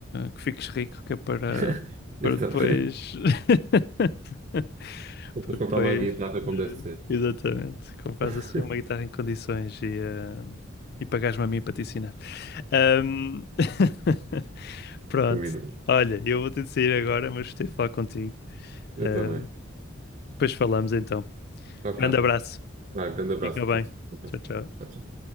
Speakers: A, on the left; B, on the right.
A: que fiques rico, que é para,
B: <laughs> Eu
A: para
B: também.
A: depois. <laughs>
B: Depois
A: Para depois.
B: comprar uma guitarra
A: eh,
B: como deve ser.
A: Exatamente. Compras
B: <laughs>
A: assim uma guitarra em condições e, eh, e pagares me a mim para te ensinar. Ahm, <laughs> Pronto.
B: Combinado.
A: Olha, eu vou ter de sair agora, mas gostei de falar contigo.
B: Eu
A: Eh,
B: também.
A: depois falamos então.
B: Tchau,
A: Grande
B: capa.
A: abraço.
B: Vai, um grande abraço,
A: Fica
B: Ricardo.
A: bem. Tchau, tchau.
B: Tchau, tchau.